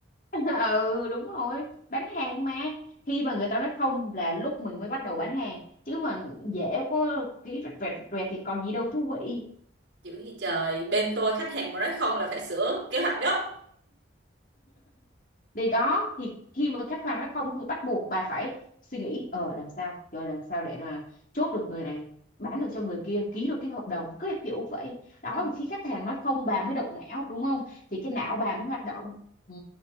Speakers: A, on the left; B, on the right.
A: <laughs> ừ đúng rồi bán hàng mà khi mà người ta nói không là lúc mình mới bắt đầu bán hàng chứ mà dễ có ký rẹt rẹt rẹt rẹt thì còn gì đâu thú vị
B: dữ gì trời bên tôi khách hàng mà nói không là phải sửa kế hoạch gấp
A: thì đó thì khi mà khách hàng nói không thì bắt buộc bà phải suy nghĩ ờ làm sao rồi làm sao để là chốt được người này bán được cho người kia ký được cái hợp đồng cứ kiểu vậy đó
B: Ừ.
A: thì khi khách hàng nói không bà mới động não đúng không thì cái não bà mới hoạt động ừ.